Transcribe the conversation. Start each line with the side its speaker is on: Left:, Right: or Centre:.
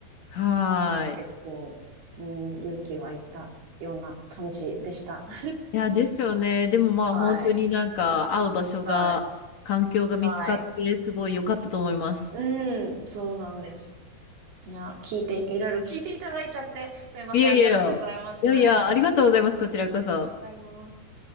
Left: はーい。
Right: 結構、うん、勇気湧いたような感じでした。<laughs>
Left: いや、ですよね。でもまあ本当になんか会う場所が、
Right: はい。はい。
Left: 環境が見つかってすごい良かったと思います。
Right: はい。うん、そうなんです。いや、聞いて、いろいろ聞いていただいちゃって、すいません。
Left: いやいやいや、
Right: ありがとうございます。
Left: いやいや、ありがとうございます。こちらこそ。
Right: ございます。